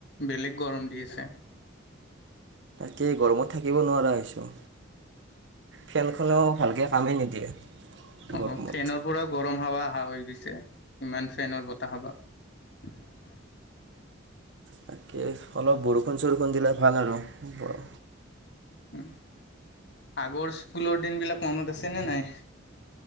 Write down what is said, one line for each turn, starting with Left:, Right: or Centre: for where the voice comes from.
Left: বেলেগ গৰম দি আছে।
Right: কি গৰমত থাকিব নোৱাৰা হৈছোঁ, ফেনখনেও ভালকৈ কামেই নিদিয়ে।
Left: অ'
Right: গৰমত
Left: ফেনৰ পৰাও গৰম হাৱা আহা হৈ গৈছে ইমান ফেনৰ বতাহ বাহ
Right: তাকে অলপ বৰষুণ চৰষুণ দিলে ভাল আৰু বৰ
Left: উ আগৰ স্কুলৰ দিন বিলাক মনত আছেনে নাই?